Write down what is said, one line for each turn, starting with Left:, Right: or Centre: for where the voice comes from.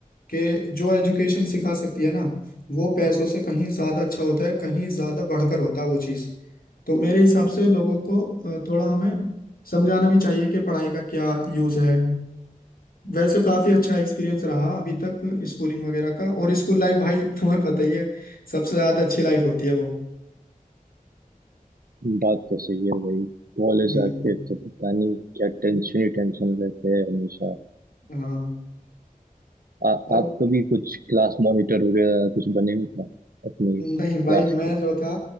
Left: कि जो एजुकेशन सिखा सकती है ना वो पैसों से कहीं ज्यादा अच्छा होता है कहीं ज्यादा बढ़कर होता है वो चीज़ तो मेरे हिसाब से लोगों को अ, थोड़ा हमें समझाना भी चाहिए कि पढ़ाई का क्या यूज है वैसे काफी अच्छा एक्सपीरियंस रहा अभी तक स्कूलिंग वगैरह का और स्कूल लाइफ भाई तुम्हें पता ही है सबसे ज्यादा अच्छी लाइफ होती है वो
Right: बात तो सही है भाई कॉलेज
Left: हम्म,
Right: आके तो पता नहीं क्या टेंशन ही टेंशन रहते हैं हमेशा
Left: हाँ
Right: आ,
Left: और
Right: आप कभी कुछ क्लास मॉनिटर वगैरह कुछ बने हो क्या अपनी
Left: नहीं
Right: क्लास
Left: भाई मैं
Right: के
Left: जो था